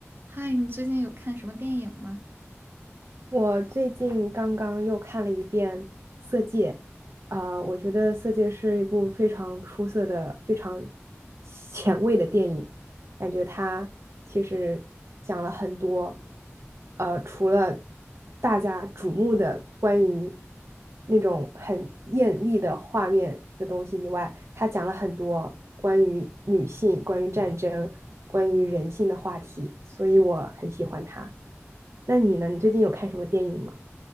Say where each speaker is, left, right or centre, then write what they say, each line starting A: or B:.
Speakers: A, on the right; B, on the right.
A: 嗨，你最近有看什么电影吗？
B: 我最近刚刚又看了一遍《色戒》，啊、我觉得《色戒》是一部非常出色的、非常前卫的电影。感觉他其实讲了很多，呃，除了大家瞩目的关于那种很艳丽的画面的东西以外，他讲了很多关于女性、关于战争、关于人性的话题，所以我很喜欢他。那你呢？你最近有看什么电影吗？